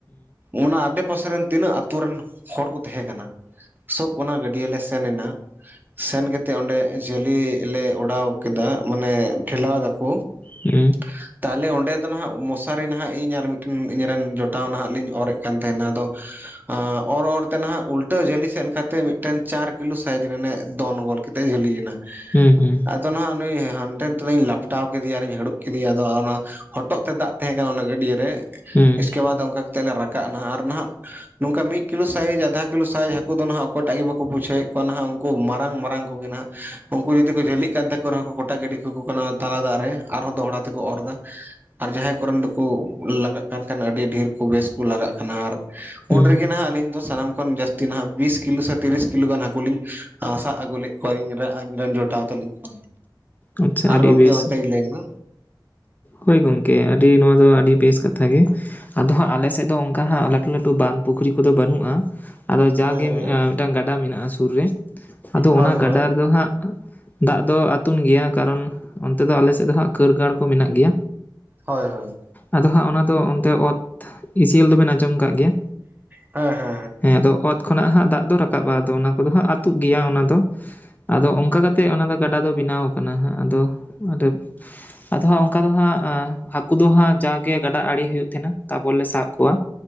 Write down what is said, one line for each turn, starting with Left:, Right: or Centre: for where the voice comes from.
Right: ᱚᱱᱟ ᱟᱰᱮ ᱯᱟᱥᱮ ᱨᱮᱱ ᱛᱤᱱᱟᱹᱜ ᱟ. ᱛᱩ ᱨᱮᱱ ᱦᱚᱲ ᱠᱚ ᱛᱟᱦᱮᱸ ᱠᱟᱱᱟ ᱥᱚᱵᱽ ᱚᱱᱟ ᱜᱟᱹᱰᱤ ᱴᱤᱭᱟᱹ ᱟᱞ ᱞᱮ ᱥᱮᱱ ᱮᱱᱟ ᱥᱮᱱ ᱠᱟᱛᱮᱫ ᱚᱸᱰᱮ ᱡᱷᱟᱹᱞᱤ ᱞᱮ ᱚᱰᱟᱣ ᱠᱮᱫᱟ ᱢᱟᱱᱮ ᱴᱷᱮᱞᱟᱣ ᱮᱫᱟ ᱠᱚ
Left: ᱦᱮᱸ
Right: <inaudible> ᱛᱟᱦᱚᱞᱮ ᱚᱸᱰᱮ ᱫᱚ ᱱᱟᱦᱟᱸᱜ ᱢᱚᱥᱟᱨᱤ ᱱᱟᱦᱟᱜ ᱤᱧ ᱟᱨ ᱢᱤᱫᱴᱮᱱ ᱤᱧᱨᱮᱱ ᱡᱚᱴᱟᱣ ᱱᱟᱦᱟᱜ ᱞᱤᱧ ᱚᱨᱮᱫ ᱠᱟᱱ ᱛᱟᱦᱮᱱᱟ ᱟᱫᱚ ᱚᱨ ᱚᱨ ᱛᱮ ᱱᱟᱦᱟᱜ ᱩᱞᱴᱟᱹ ᱡᱷᱟᱹᱞᱤ ᱥᱮᱫ ᱞᱮᱠᱟᱛᱮ ᱢᱤᱫ ᱢᱤᱫᱴᱮᱱ ᱪᱟᱨ ᱠᱤᱞᱳ ᱥᱟᱭᱤᱡᱽ ᱫᱚᱱ ᱜᱚᱞ ᱠᱟᱛᱮᱫ ᱡᱷᱟᱹᱞᱤᱭ ᱮᱱᱟ᱾
Left: ᱦᱩᱸ ᱦᱩᱸ
Right: ᱟᱫᱚ ᱱᱟᱜ ᱩᱱᱤ ᱦᱟᱱᱛᱮ ᱱᱟᱛᱮ ᱫᱚᱧ ᱞᱟᱯᱴᱟᱣ ᱠᱮᱫᱮᱭᱟ ᱟᱨᱤᱧ ᱦᱟᱹᱲᱩᱵ ᱠᱮᱫᱮᱭᱟ ᱟᱫᱚ ᱚᱱᱟ ᱦᱚᱴᱚᱜ ᱛᱮ ᱫᱟᱜ ᱛᱟᱦᱮᱸ ᱠᱟᱱᱟ ᱚᱱᱟ ᱜᱟᱹᱰᱭᱟᱹ ᱨᱮ
Left: ᱦᱩᱸ
Right: ᱤᱥᱠᱮ
Left: ᱦᱩᱸ
Right: ᱵᱟᱫᱽ ᱚᱱᱠᱟ ᱠᱟᱛᱮᱫ ᱞᱮ ᱨᱟᱠᱟᱵ ᱱᱟ ᱟᱨ ᱱᱟᱦᱱᱟᱜ ᱱᱚᱝᱠᱟ ᱢᱤᱫ ᱠᱤᱞᱳ ᱥᱟᱭᱤᱡᱽ ᱟᱫᱷᱟ ᱠᱤᱞᱳ ᱥᱟᱭᱤᱡᱽ ᱦᱟᱹᱠᱩ ᱫᱚ ᱱᱟᱦᱟᱸᱜ ᱚᱠᱚᱭᱴᱟᱜ ᱜᱮ ᱵᱟᱠᱚ ᱵᱩᱡᱷᱟᱹᱣᱮᱫ ᱠᱚᱣᱟ ᱱᱟᱦᱟᱸᱜ ᱩᱱᱠᱩ ᱢᱟᱨᱟᱝ ᱢᱟᱨᱟᱝ ᱠᱚᱜᱮ ᱱᱟᱦᱟᱸᱜ ᱩᱱᱠᱩ ᱡᱩᱫᱤ ᱠᱚ ᱡᱷᱟᱹᱞᱤᱜ ᱠᱟᱱ ᱛᱟᱠᱚ ᱨᱮᱦᱚᱸ ᱠᱚᱴᱟ ᱜᱟᱹᱰᱤ ᱠᱚ ᱠᱟᱱᱟ ᱛᱟᱞᱟ ᱫᱟᱜ ᱨᱮ ᱟᱨᱦᱚᱸ ᱫᱚᱦᱲᱟ ᱛᱮᱠᱚ ᱚᱨ ᱮᱫᱟ ᱟᱨ ᱡᱟᱦᱟᱸᱭ ᱠᱚᱨᱮᱱ ᱫᱚᱠᱚ ᱞᱟᱜᱟᱜ ᱠᱟᱱ ᱠᱷᱟᱱ ᱟᱹᱰᱤ ᱰᱷᱮᱨ ᱠᱚ ᱵᱮᱥ ᱠᱚ ᱞᱟᱜᱟᱜ ᱠᱟᱱᱟ ᱟᱨ ᱩᱱᱨᱮᱜᱮ
Left: ᱦᱩᱸ
Right: ᱱᱟᱦᱟᱸᱜ ᱟᱹᱞᱤᱧ ᱫᱚ ᱥᱟᱱᱟᱢ ᱠᱷᱚᱱ ᱡᱟᱹᱥᱛᱤ ᱱᱟᱦᱟᱸᱜ ᱵᱤᱥ ᱠᱤᱞᱳ ᱥᱮ ᱛᱤᱨᱤᱥ ᱠᱤᱞᱳ ᱜᱟᱱ ᱦᱟᱹᱠᱩ ᱞᱤᱧ ᱥᱟᱵᱽ ᱟᱹᱜᱩ ᱞᱮᱫ ᱠᱚᱣᱟ ᱤᱧ ᱟᱧᱨᱮᱱ ᱡᱚᱴᱟᱣ ᱛᱟᱹᱞᱤᱧ ᱠᱚ
Left: ᱟᱪᱪᱷᱟ
Right: ᱟᱨ
Left: ᱟᱹᱰᱤ
Right: ᱜᱚᱢᱠᱮ
Left: ᱵᱮᱥ
Right: ᱚᱱᱛᱮ ᱜᱮ ᱞᱟ. ᱭ ᱢᱮ
Left: ᱦᱳᱭ ᱜᱚᱢᱠᱮ ᱟᱹᱰᱤ ᱱᱚᱣᱟ ᱫᱚ ᱟᱹᱰᱤ ᱵᱮᱥ ᱠᱟᱛᱷᱟ ᱜᱮ ᱟᱫᱚ ᱦᱟᱸᱜ ᱟᱞᱮ ᱥᱮᱫ ᱫᱚ ᱚᱱᱠᱟ ᱦᱟᱸᱜ ᱞᱟᱹᱴᱩ ᱞᱟᱹᱴᱩ ᱵᱟᱸᱫᱽ ᱯᱩᱠᱷᱨᱤ ᱠᱚᱫᱚ ᱵᱟᱹᱱᱩᱜᱼᱟ ᱟᱫᱚ ᱡᱟᱜᱮ
Right: ᱦᱮᱸ ᱦᱮᱸ
Left: ᱢᱤᱫᱴᱟᱝ ᱜᱟᱰᱟ ᱢᱮᱱᱟᱜᱼᱟ ᱥᱩᱨ ᱨᱮ ᱟᱫᱚ
Right: ᱦᱳᱭ
Left: ᱚᱱᱟ ᱜᱟᱰᱟ
Right: ᱦᱳᱭ
Left: ᱨᱮᱫᱚ ᱦᱟᱸᱜ ᱫᱟᱜ ᱫᱚ ᱟᱛᱩᱱ ᱜᱮᱭᱟ ᱠᱟᱨᱚᱱ ᱚᱱᱛᱮ ᱫᱚ ᱟᱞᱮ ᱥᱮᱫ ᱫᱚ ᱦᱟᱸᱜ ᱠᱟᱹᱨ ᱜᱟᱲ ᱠᱚ ᱢᱮᱱᱟᱜ ᱜᱮᱭᱟ
Right: ᱦᱳᱭ ᱦᱳᱭ
Left: ᱟᱫᱚ ᱦᱟᱸᱜ ᱚᱱᱟ ᱫᱚ ᱚᱱᱛᱮ ᱚᱛ ᱤᱥᱮᱞ ᱫᱚᱵᱤᱱ ᱟᱸᱡᱚᱢ ᱠᱟᱫ ᱜᱮᱭᱟ
Right: ᱦᱮᱸ ᱦᱮᱸ
Left: ᱦᱮᱸ ᱟᱫᱚ ᱚᱛ ᱠᱷᱚᱱᱟᱜ ᱦᱟᱸᱜ ᱫᱟᱜ ᱫᱚ ᱨᱟᱠᱟᱵ ᱟ ᱟᱫᱚ ᱚᱱᱟ ᱠᱚᱫᱚ ᱦᱟᱸᱜ ᱟᱹᱛᱩᱜ ᱜᱮᱭᱟ ᱚᱱᱟ ᱫᱚ ᱟᱫᱚ ᱚᱱᱠᱟ ᱠᱟᱛᱮᱜ ᱚᱱᱟ ᱫᱚ ᱜᱟᱰᱟ ᱫᱚ ᱵᱮᱱᱟᱣ ᱟᱠᱟᱱᱟᱜ ᱦᱟᱸᱜ ᱟᱫᱚ ᱟᱫᱚᱜ ᱚᱱᱠᱟ ᱫᱚ ᱦᱟᱸᱜ ᱦᱟᱹᱠᱩ ᱫᱚ ᱦᱟᱸᱜ ᱡᱟᱜᱮ ᱜᱟᱰᱟ ᱟᱲᱮ ᱦᱩᱭᱩᱜ ᱛᱟᱦᱮᱸᱱᱟ ᱛᱟᱯᱚᱨ ᱞᱮ ᱥᱟᱵ ᱠᱚᱣᱟ